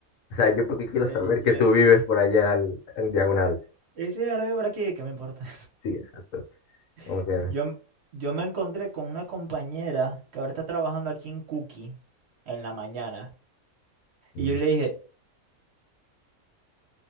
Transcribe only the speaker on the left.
O sea, yo porque quiero
saber que tú vives por allá al, al diagonal.
Sí, exacto. Como
que,
mm,